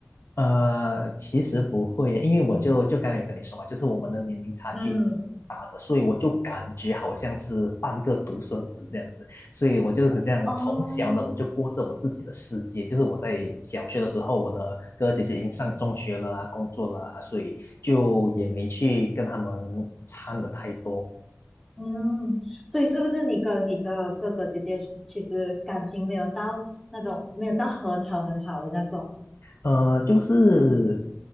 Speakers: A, on the left; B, in the centre.
A: 呃，其实不会耶因为我就就刚才有跟你说嘛，就是我们的年龄差距挺大的，
B: 嗯，
A: 所以我就感觉好像是半个独生子这样子，所以我就是这样，
B: 哦，
A: 从小呢我就过着我自己的世界，就是我在小学的时候，我的哥哥姐姐已经上中学了啊，工作了啊，所以就也没去跟他们掺的太多，
B: 嗯，所以是不是你跟你的哥哥姐姐是其实感情没有到那种没有到很好很好的那种？
A: 呃，就是。